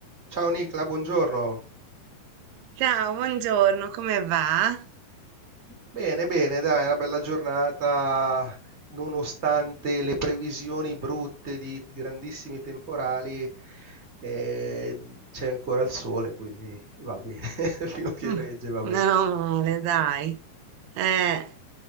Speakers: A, on the right (about 20°); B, on the right (about 85°).
A: Ciao Nicla, buongiorno.
B: Ciao, buongiorno, come va?
A: Bene, bene, dai, è una bella giornata, nonostante le previsioni brutte di grandissimi temporali, eh, c'è ancora il sole, quindi va bene, <laughs> fino a che
B: Mm,
A: regge, va
B: Meno
A: bene.
B: male, dai. Eh,